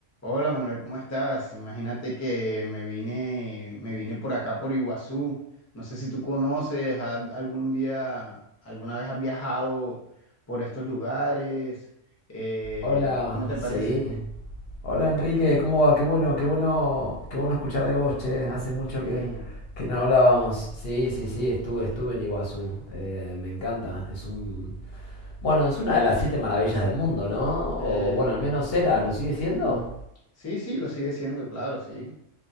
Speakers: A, on the left (about 25°); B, on the left (about 60°).
A: Hola Manuel, ¿cómo estás? Imagínate que me vine, me vine por acá por Iguazú. No sé si tú conoces, ha- algún día, alguna vez has viajado por estos lugares. Eh,
B: Hola,
A: Hola, ¿cómo te
B: sí.
A: hola, parece?
B: Hola Enrique, ¿cómo va? Qué bueno, qué bueno, qué bueno escuchar de vos, che. Hace mucho
A: sí.
B: que, que no hablábamos. Sí, sí, sí, estuve, estuve en Iguazú. Eh, me encanta. Es un, bueno, es una de las siete maravillas del mundo, ¿no?
A: Sí,
B: O bueno, al menos era, ¿lo sigue siendo?
A: sí, sí, sí, lo sigue siendo, claro, sí,